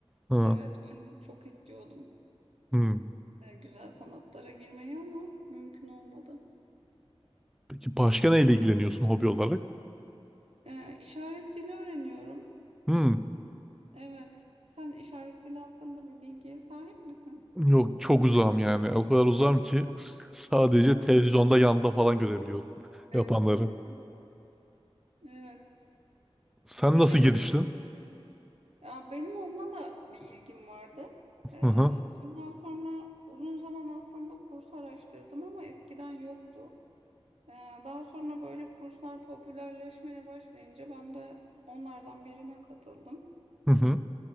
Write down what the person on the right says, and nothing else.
evet ben çok istiyordum
e, güzel sanatlara girmeyi ama mümkün olmadı.
E, işaret dili öğreniyorum.
Evet. Sen işaret dili hakkında bir bilgiye sahip misin?
Evet.
<laughs> Evet.
Peki
Ya benim onunla da bir ilgim vardı. Ee,
ondan sonra uzun zaman aslında kurs araştırdım ama eskiden yoktu. Ee, daha sonra böyle kurslar popülerleşmeye başlayınca ben de onlardan birine katıldım.